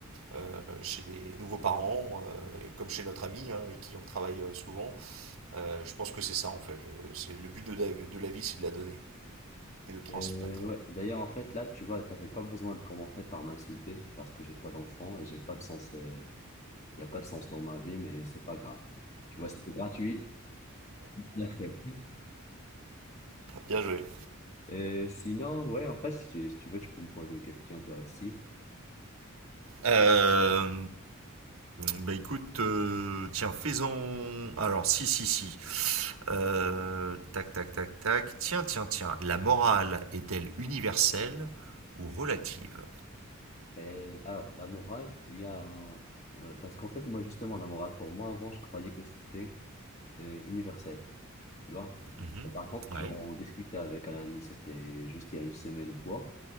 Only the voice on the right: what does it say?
euh, chez les nouveaux parents, euh, comme chez notre ami, hein, avec qui on travaille euh, souvent. Euh, je pense que c'est ça en fait. Le, c'est, le but de la, de la vie, c'est de la donner et de transmettre.
Bien joué.
Euh, bah écoute, euh, tiens, faisons. Alors, si, si, si. Euh, tac, tac, tac, tac. Tiens, tiens, tiens. La morale est-elle universelle ou relative
Mhm.
Ouais.